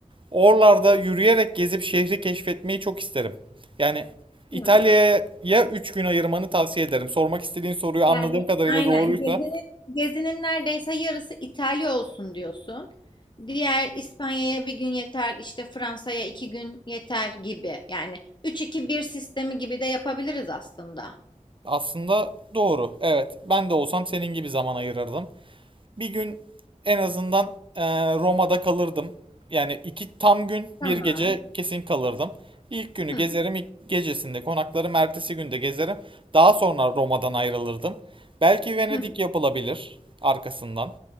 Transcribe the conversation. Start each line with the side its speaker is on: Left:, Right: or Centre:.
Right: oralarda yürüyerek gezip şehri keşfetmeyi çok isterim. Yani İtalya'ya
Left: Hı.
Right: 3 gün ayırmanı tavsiye ederim. Sormak istediğin soruyu anladığım
Left: Yani
Right: kadarıyla
Left: aynen
Right: doğruysa
Left: gezinin, gezinin neredeyse yarısı İtalya olsun diyorsun. Diğer İspanya'ya bir gün yeter, işte Fransa'ya iki gün yeter gibi. Yani üç iki bir sistemi gibi de yapabiliriz aslında.
Right: aslında doğru. Evet ben de olsam senin gibi zaman ayırırdım. bir gün en azından eee, Roma'da kalırdım. Yani iki tam gün
Left: Tamam.
Right: bir gece kesin kalırdım. İlk günü
Left: Hı,
Right: gezerim, ilk gecesinde konaklarım, ertesi günde gezerim. Daha sonra Roma'dan ayrılırdım. Belki Venedik
Left: hı,
Right: yapılabilir arkasından.